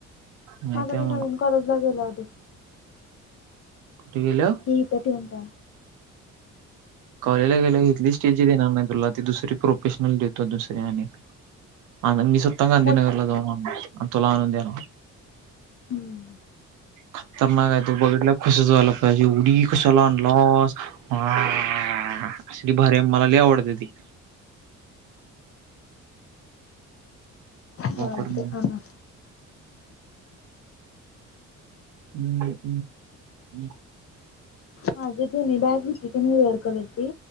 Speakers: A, on the right (about 85°); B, on the left (about 50°).
A: माहिती
B: आता
A: आहे
B: मी नवीन कॉलेजला गेला होते.
A: कुठं गेलो?
B: हे इथं ठेऊून जा
A: कॉलेजला गेला इथली स्टीलची देणार नाही तुला ती दुसरी प्रोफेशनल देतो दुसऱ्या आणि आणन मी स्वतः गांधीनगरला
B: मग
A: जाऊन आणणार तुला आणून देणार.
B: हम्म
A: खतरनाक आहे ते बघितल्यावर खुशच व्हायला पाहिजे एवढी कशाला आणलास हाहाहा हा असली भारी हाय मला लय आवडतय ती वापर
B: चालतंय
A: म्हणून.
B: आणा
A: हम्म हम् हम्
B: माझी जुनी बॅग होती कणी रेड कलरची